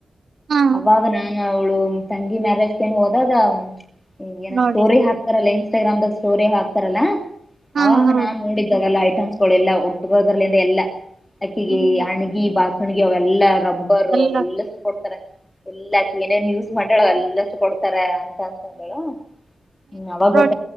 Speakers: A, on the right; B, on the left.
A: ಹಾ
B: ಅವಾಗ ನಾ ಅವ್ಳು ತಂಗಿ ಮ್ಯಾರೇಜ್ ಕೆನ ಹೋದಾಗ ಹ್ ಏನ
A: ನೋಡಿ
B: ಸೋರಿ ಹಾಕ್ತಾರಲ್ಲೇ ಇನ್ಸ್ಟಾಗ್ರಾಮ್್ದಾಗ ಸ್ಟೋರಿ ಹಾಕ್ತಾರಲ್ಲಾ
A: ಹಾ
B: ಅವಾಗ
A: ಹಾ
B: ನಾನ್ ನೋಡಿದ್ದಾಗಲ್ಲ ಆಯ್ತು ಸ್ಕೊಳ್ಳಿ ಎಲ್ಲ ಒ ಉಟ್ಟಕೋದ್ರಲಿಂದ ಎಾ ಅಕಿಗೆ
A: ಹ್ಮ್
B: ಅಣಗಿ ಬಾತ್ ನನ ಅವ ಎಲ್ಲ <unintelligible> ಅಾರ
A: ಎಲ್ಲ
B: ಅವೆಲ್ಲ ಕೊ ಎಲ್ಲಾಕ ಏನೇನ್ ಯೂಸ್ ಮಾಡ ಅವ ಎಲ್ಲಷ್ಟು ಕೊಡ್ತಾರ ಅ ಅಂತಳ ಹ್ಮ ಅವಾಗ ಗೊತ್ತ
A: ಕ್ಟರ್